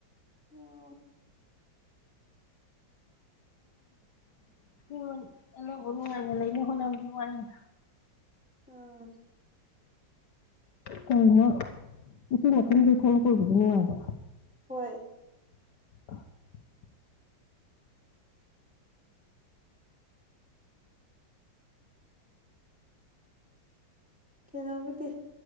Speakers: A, in the centre; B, on the left.
A: ꯑꯣ
B: <unintelligible> ꯌꯨꯝ ꯑꯅꯧꯕ ꯅꯨꯡꯉꯥꯏꯅ ꯂꯩꯅꯕ ꯍꯣꯠꯅꯕ ꯋꯥꯏꯅꯦ
A: ꯑꯥ
B: ꯀꯔꯤꯅꯣ ꯎꯆꯤ ꯃꯈꯨꯟꯗꯒꯤ ꯊꯣꯛ ꯂꯛꯄꯕꯨꯗꯤ ꯅꯨꯡꯉꯥꯏꯕ
A: ꯍꯣꯏ
B: <inaudible>
A: ꯀꯩꯅꯣꯕꯨꯗꯤ